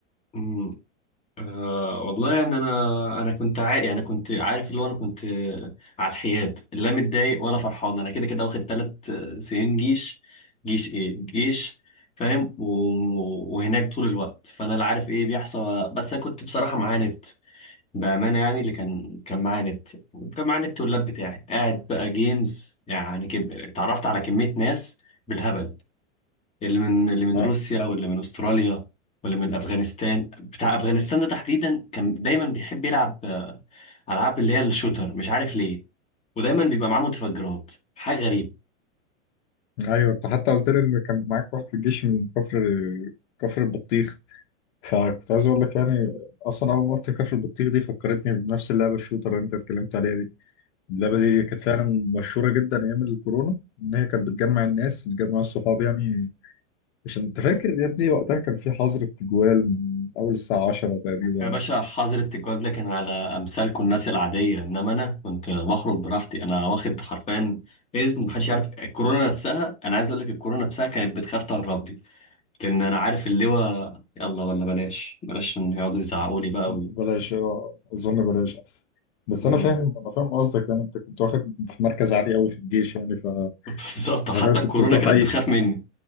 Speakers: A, on the left; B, on the left.
A: مم. أه والله يعني انا انا كنت عارف يعني كنت عارف اللي هو انا كنت آه، على الحياد لا متضايق ولا فرحان انا كده كده واخد ثلاث سنين جيش جيش ايه جيش فاهم و- وهناك طول الوقت فانا لا عارف ايه بيحصل بس انا كنت بصراحه معاند بامانه يعني اللي كان كان معاند وكان معاند اللاب بتاعي قاعد بقى جيمز يعني كم... اتعرفت على كميه ناس بالهبل اللي من اللي من
B: آه.
A: روسيا واللي من استراليا واللي من افغانستان بتاع افغانستان ده تحديدا كان دايما بيحب يلعب آه، العاب اللي هي الشوتر مش عارف ليه ودايما بيبقى معاه متفجرات حاجه غريبه
B: ايوه انت حتى قلت لي ان كان معاك واحد في الجيش من كفر كفر البطيخ فكنت عايز اقول لك يعني اصلا اول ما قلت كفر البطيخ دي فكرتني بنفس اللعبه الشوتر اللي انت اتكلمت عليها دي اللعبه
A: مم.
B: دي كانت فعلا مشهوره جدا ايام الكورونا ان هي كانت بتجمع الناس بتجمع الصحاب يعني عشان انت فاكر يا ابني وقتها كان في حظر التجوال من اول الساعه 10 تقريبا
A: يا باشا حظر التجوال ده كان على امثالكم الناس العاديه انما انا كنت بخرج براحتي انا واخد حرفيا اذن محدش يعرف الكورونا نفسها انا عايز اقول لك الكورونا نفسها كانت بتخاف تهرب لي لان انا عارف اللواء يلا ولا بلاش بلاش ان يقعدوا يزعقوا لي بقى
B: بلاش آه، اظن بلاش احسن بس
A: وي...
B: انا فاهم انا فاهم قصدك يعني انت كنت واخد في مركز عالي قوي في الجيش يعني ف
A: <laughs> بالظبط
B: حرفيا
A: حتى
B: كنت
A: الكورونا
B: بتروح
A: كانت
B: اي
A: بتخاف مني